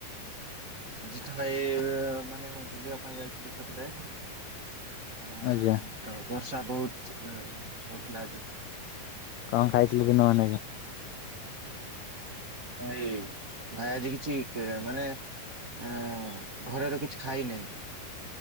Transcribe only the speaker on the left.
ଆଜ୍ଞା
କଣ ଖାଇଥିଲ ଦିନ ମାନକେ?